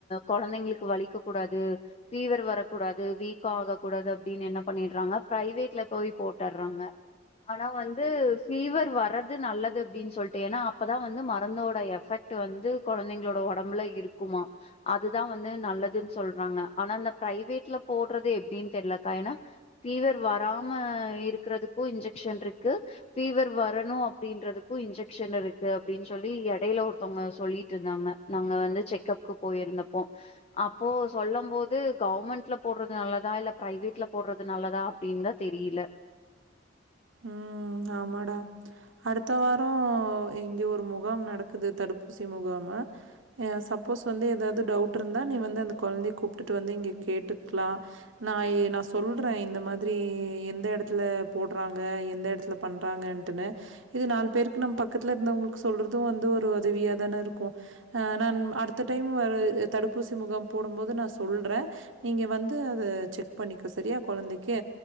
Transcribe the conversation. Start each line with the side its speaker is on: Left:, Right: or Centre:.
Left: கொழந்தைங்களுக்கு வலிக்கக் கூடாது ஃபீவர் வரக்கூடாது வீக்கொ ஆகக்கூடாது அப்டின் என்ன பண்ணிட்றாங்க ப்ரைவேட்ல போய் போட்டற்றாங்க ஆனா வந்து ஃபீவர் வர்றது நல்லது அப்டின்னு சொல்ட்டு ஏன்னா அப்பதா வந்து மரந்தோட எஃபெக்ட்டு வந்து கொழந்தைங்ளோட ஒடம்புல இருக்குமா அதுதா வந்து நல்லதுன் சொல்றாங்க ஆனா அந்த ப்ரைவேட்ல போடுறது எப்டின்னு தெர்லக்கா ஏன்னா ஃபீவர் வராம இருக்கிறதுக்கு இன்ஜெக்க்ஷன் ருக்கு ஃபீவர் வரணு அப்டின்றதுக்கு இன்ஜெக்க்ஷன் இருக்கு அப்டின் சொல்லி எடையில ஒருத்தவங்க சொல்லிட்டுருந்தாங்க நாங்க வந்து செக்கப்க்கு போயிருந்தப்போ அப்போ சொல்லும் போது கவ்மெண்ட்ல போட்றது நல்லதா இல்ல ப்ரைவேட்ல போட்டுறது நல்லதா அப்டின் தா தெரியில
Right: உஹ்ம் ஆமாடா அடுத்த வாரோ இங்க ஒரு முகாம் நடக்குது தடுப்பூசி முகாமு எ சப்போஸ் வந்து ஏதாது டவுட்ருந்தா நீ வந்து அந்த கொழந்திய கூப்ட்டுட்டு வந்து இங்க கேட்டுக்லா நா ஏ நா சொல்றே இந்த மாதிரி எந்த எடத்துல போட் பண்றாங்க எந்த எடத்துல பண்றாங்கன்டுனு இது நாலு பேருக்கு நம்ம பக்கத்துல இருந்தவங்களுக்கு சொல்றது வந்து ஒரு உதவியா தான இருக்கும் அ நான் அடுத்த டைம் வரு தடுப்பூசி முகாம் போடும் போது நா சொல்றன் நீங்க வந்து அத செக் பண்ணிக்க சரியா கொழந்தைக்கு